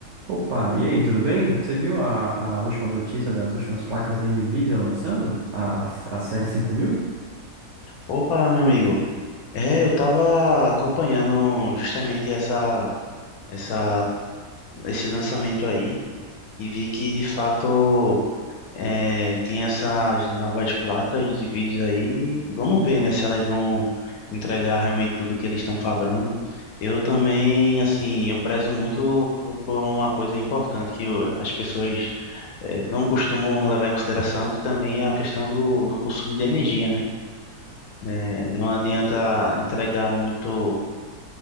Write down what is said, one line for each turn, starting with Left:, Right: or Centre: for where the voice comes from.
Right: Opa, e aí, tudo bem? Você viu a, a última notícia das últimas placas da Nvidia lançando? A, a série 5000?
Left: Opa, meu amigo. É, eu tava acompanhando justamente essa, essa, esse lançamento aí e vi que de fato é, tem essas novas placas de vídeo aí. E vamos ver, né, se elas vão entregar realmente tudo que eles estão falando. Eu também, assim, eu prezo muito por por uma coisa importante que eu- as pessoas é, não costumam levar em consideração, que também é a questão do, do consumo de energia, né? Né, não adianta entregar muito.